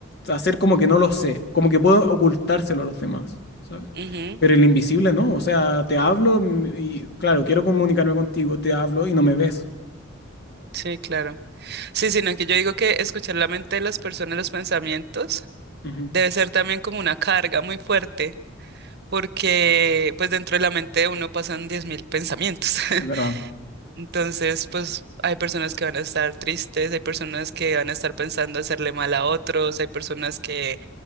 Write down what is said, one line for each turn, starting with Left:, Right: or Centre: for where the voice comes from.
Left: hacer como que no lo sé, como que puedo ocultárselo a los demás, ¿sabes?
Right: Ujú,
Left: Pero el invisible no, o sea, te hablo mm, y, claro, quiero comunicarme contigo, te hablo y no me ves.
Right: Sí, claro. Sí, sino que yo digo que escuchar la mente de las personas, los pensamientos,
Left: Ujú,
Right: debe ser también como una carga muy fuerte, porque pues dentro de la mente de uno pasan 10.000 pensamientos. <laughs>
Left: es verdad.
Right: Entonces, pues hay personas que van a estar tristes, hay personas que van a estar pensando hacerle mal a otros, hay personas que,